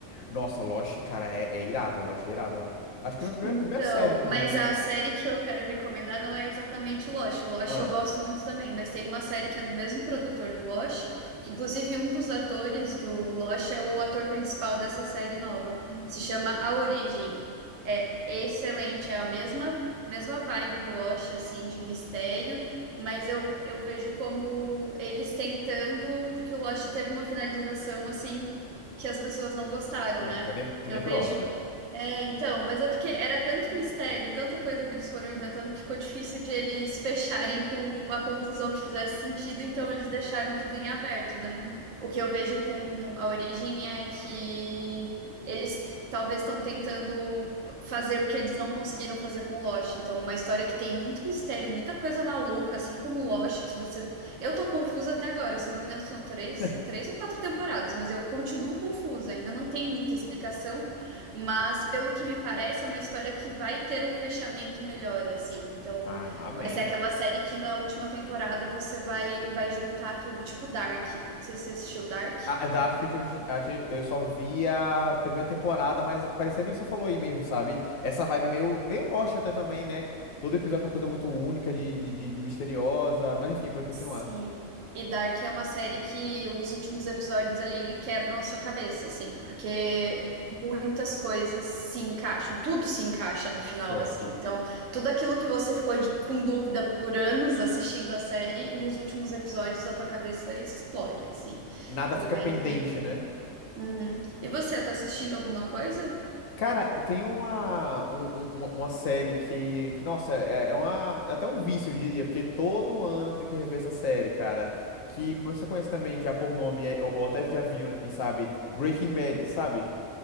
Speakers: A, on the left; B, on the right.
A: nossa, Lost, cara, é, é irado, Lost é irado. Acho que é a minha primeira,
B: Então,
A: primeira série, inclusive.
B: mas a série que eu quero recomendar não é exatamente o Lost. O Lost
A: Ah,
B: eu gosto muito também, mas tem uma série que é do mesmo produtor do Lost, que inclusive um dos atores do Lost é o ator principal dessa série nova. Se chama A Origem. É excelente, é a mesma mesma vibe do Lost assim de mistério, mas eu, eu vejo como eles tentando, porque o Lost teve uma finalização assim que as pessoas não gostaram,
A: não,
B: né?
A: tene- tenebrosa.
B: Eu vejo é, então, mas é porque era tanto mistério, e tanta coisa que eles foram inventando que ficou difícil de eles fecharem com uma conclusão que fizesse sentido, então eles deixaram tudo em aberto, né? O que eu vejo com a origem é que eles talvez estão tentando fazer o que eles não conseguiram fazer com Lost. Então, uma história que tem muito mistério, muita coisa maluca, assim como Lost, que você. Eu tô confusa até agora, se eu não me engano, são três,
A: <laughs>
B: três ou quatro temporadas, mas eu continuo confusa, ainda não tem muita explicação. Mas, pelo que me parece, é uma história que vai ter um fechamento melhor, assim. Então,
A: Ah, amém.
B: vai ser aquela série que na última temporada você vai, vai juntar tudo, tipo Dark. Não sei se você assistiu Dark.
A: A a Dark, eu, tive, acho eu só vi a primeira temporada, mas parecia bem que você falou aí mesmo, sabe? Essa vibe meio, meio Lost até também, né? Todo episódio é uma coisa muito única, de, de, de, de misteriosa. Mas enfim, pode continuar.
B: Sim. E Dark é uma série que os últimos episódios ali ele quebram a sua cabeça, assim, porque muitas coisas se encaixam, tudo se encaixa no final,
A: Certo.
B: assim. Então, tudo aquilo que você ficou de- com dúvida por anos assistindo a série, nos últimos episódios a tua cabeça explode, assim.
A: Nada
B: Então
A: fica
B: é
A: pendente,
B: incrível.
A: né?
B: Uhum. E você, tá assistindo alguma coisa?
A: Cara, tem uma, um- um- uma, uma série que, que nossa, é, é uma, é até um vício, eu diria, porque todo ano tem que rever essa série, cara. Que provavelmente você conhece também já por nome, é- ou, ou até já viu, né? Quem sabe? Breaking Bad, sabe?